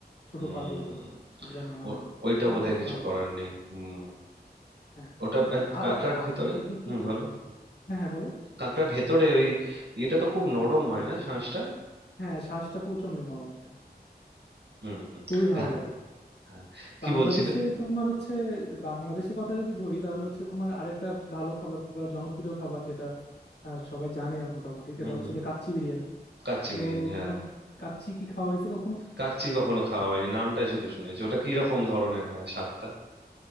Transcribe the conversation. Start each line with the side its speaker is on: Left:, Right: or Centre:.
Left: ছোট
Right: হুম
Left: পা যেহেতু ওগুলা নেওয়া
Right: ওর-
Left: হয় না
Right: ওইটা
Left: তো
Right: বোধহয়
Left: বেশ
Right: কিছু
Left: ভালো
Right: করার
Left: লাগে
Right: নেই হুম
Left: হ্যাঁ
Right: ওটা আহ,
Left: আর
Right: কাঁকড়ার
Left: আ-
Right: ভেতরে
Left: এদিকে
Right: হুম
Left: তো
Right: ভালো
Left: হ্যাঁ হ্যাঁ বলো
Right: কাঁকড়ার ভেতরে ওই এটা তো খুব নরম হয় না শাঁসটা
Left: হ্যাঁ শ্বাসটা প্রচন্ড নরম ওটা
Right: হুম হুম
Left: খুবই ভালো
Right: হ্যাঁ
Left: লাগে
Right: হ্যাঁ কি
Left: বাংলাদেশে
Right: বলছিলে
Left: তোমার হচ্ছে বাংলাদেশের কথা যদি ধরি তাহলে হচ্ছে তোমার আরেকটা ভালো খাবার খুব জনপ্রিয় খাবার যেটা আহ, সবাই জানে মোটামুটি সেটা
Right: হুম
Left: হচ্ছে
Right: হুম
Left: যে কাচ্চি বিরিয়ানি
Right: কাচ্চি
Left: তো
Right: বিরিয়ানি হ্যাঁ
Left: তোমার
Right: হ্যাঁ।
Left: কাচ্চি কি খাওয়া হয়েছে কখনো
Right: কাচ্চি কখনো খাওয়া হয়নি নামটাই শুধু শুনেছি ওটা কি রকম ধরনের হয় স্বাদটা